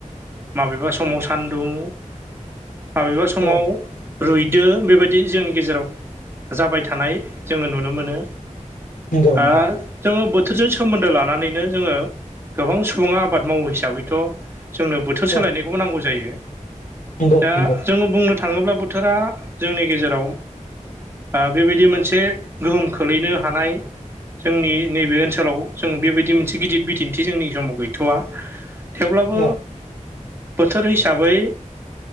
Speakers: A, on the right; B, on the left.
A: माबेबा समाव सान दुं माबेबा समाव
B: औ
A: रुइदो बेबायदि जोंनि गेजेराव जाबाय थानाय जोङो नुनो मोनो।
B: नंगौ नंगौ
A: आ जोंङो बोथ थोरजों सोमोन्दो लानानैनो जोङो गोबां सुबुङा आबाद मावो हिसाबैथ' जोंनो बोथोर
B: औ
A: सोलायनायखौबो नांगौ जायो।
B: नंगौ
A: दा
B: नंगौ
A: जोङो बुंनो थाङोब्ला बोथोरा जोंनि गेजेराव आ बेबायदि मोनसे गोहोम खोलैनो हानाय जोंनि नैबे ओनसोलाव जों बेबायदि मोनसे गिदिर बिदिन्थि जोंनि समाव गैथ'वा। थेवब्लाबो
B: औ
A: बोथोर हिसाबै